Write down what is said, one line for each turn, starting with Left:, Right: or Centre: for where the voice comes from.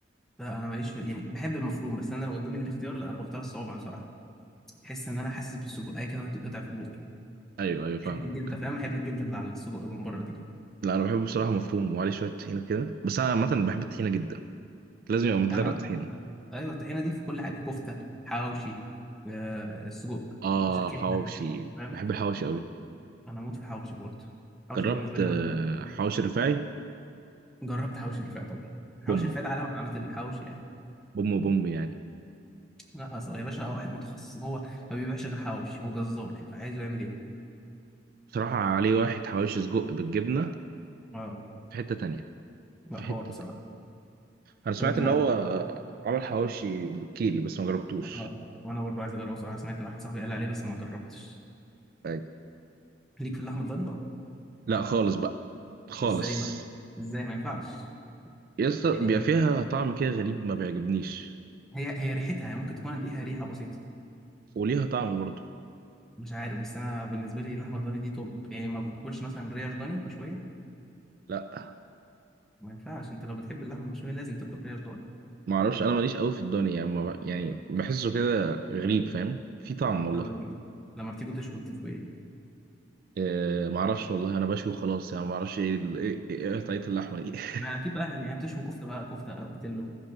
Centre: لا انا ماليش في يعني بحب المفروم بس انا لو قدامي الاختيار لا انا بختار الصوابع بصراحه احس ان انا حاسس بالسجق اي كده وهتتقطع في بوقي
Right: ايوه ايوه فاهمك
Centre: احب الجلده فاهم احب الجلده اللي على السجق من بره دي
Right: لا انا بحبه بصراحه مفروم وعليه شويه طحينه كده بس انا عامه بحب الطحينه جدا لازم يبقى متغرق
Centre: يعني انا
Right: طحينه
Centre: ايوه الطحينه دي في كل حاجه في كفته حواوشي آه، سجق
Right: اه
Centre: مش كبده
Right: حواوشي
Centre: تمام
Right: بحب الحواوشي قوي
Centre: انا اموت في الحواوشي برضه الحواوشي
Right: جربت
Centre: ده بالنسبه لي
Right: آه،
Centre: برضه
Right: حواوشي رفاعي
Centre: جربت حواوشي الرفاعي طبعا حواوشي
Right: بوم
Centre: الرفاعي ده علامه من علامات الحواوشي يعني
Right: بوم بوم يعني
Centre: لا اصل هو يا باشا واحد متخصص هو ما بيبيعش غير حواوشي وجزار عايزه يعمل ايه
Right: بصراحة عليه واحد حواوشي سجق بالجبنة
Centre: اه
Right: في حتة تانية
Centre: لا
Right: في
Centre: حوار
Right: حتة
Centre: بصراحه
Right: تانية انا سمعت
Centre: طب انت
Right: ان هو آه، عمل حواوشي بالكيري بس ما جربتوش
Centre: اه وانا برضه عايز اجربه بصراحه سمعت ان واحد صاحبي قال عليه بس ما جربتش
Right: أيوة.
Centre: ليك في اللحمه الضاني
Right: لا خالص بقى خالص
Centre: ازاي بقى ازاي ما ينفعش
Right: يسطا
Centre: يعني
Right: بيبقى فيها طعم كده غريب ما بيعجبنيش
Centre: هي هي ريحتها يعني ممكن تكون ليها ريحه بسيطه
Right: وليها طعم برضه
Centre: مش عارف بس انا بالنسبه لي اللحمه الضاني دي توب يعني ما باكلش مثلا ريش ضاني مشويه
Right: لا
Centre: ما ينفعش انت لو بتحب اللحمه المشويه لازم تاكل ريش ضاني
Right: ما اعرفش انا ماليش قوي في الضاني يعني ما ب- يعني بحسه كده غريب فاهم في طعم والله
Centre: طب لما بتيجوا تشوي بتشوي ايه؟
Right: آه، معرفش والله انا بشوي خلاص يعني معرفش ايه ال- ايه إيه قطعية اللحمة دي <laughs>
Centre: ما اكيد بقى يعني بتشوي كفته بقى كفته بتلو